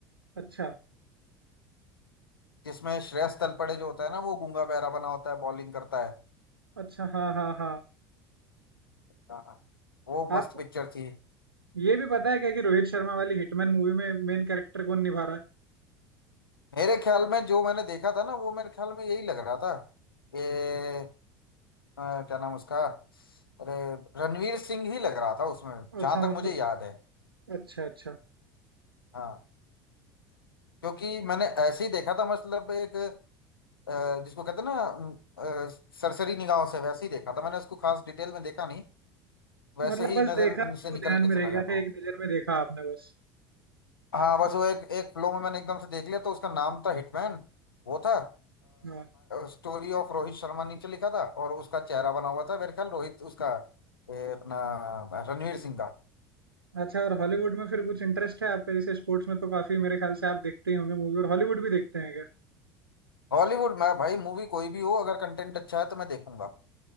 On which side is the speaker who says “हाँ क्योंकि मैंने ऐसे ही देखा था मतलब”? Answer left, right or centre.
Left